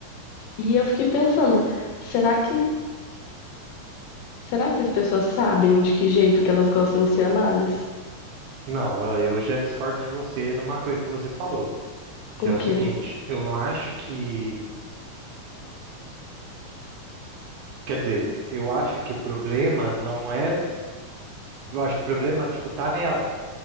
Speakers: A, on the left (about 85°); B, on the right (about 75°).
A: E eu fiquei pensando, será que Será que as pessoas sabem de que jeito que elas gostam de ser amadas?
B: Não, eu eu já discordo de você numa coisa que você falou, que
A: O
B: é o seguinte,
A: quê?
B: eu não acho que, quer dizer, eu acho que o problema não é, eu acho que o problema, tipo, tá nela,